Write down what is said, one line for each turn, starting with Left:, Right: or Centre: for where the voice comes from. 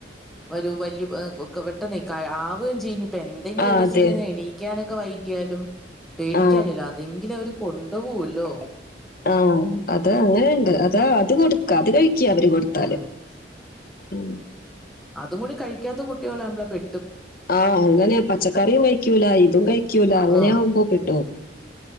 Centre: ഒരു വല്ല്യ ഹ് ക് പെട്ടെന്നെ ക ആവേയും ചെയ ഇതെന്തെങ്കിലും
Left: ആ
Centre: ഒരീസൊരു
Left: അതെ
Centre: എണീക്കാനൊക്കെ വൈകിയാലും പേടിക്കാലല്ലോ
Left: ആ
Centre: അതെങ്കിലവര് കൊണ്ട് പോവല്ലോ
Left: ആ അത് അങ്ങനെണ്ട് അതാ അത് കൊട്ക്ക അത് കഴിക്ക അവര് കൊട്ത്താല്
Centre: ഉം.
Left: ഉം
Centre: അതും കൂടി കഴിക്കാത്ത കുട്ട്യളാവുമ്പളാ പെ
Left: ആഹ് അങ്ങനെ പച്ചക്കറിം കഴിക്കൂല ഇതും കഴിക്കൂല അങ്ങനെയാവുമ്പോ
Centre: ആ.
Left: പെട്ടോവും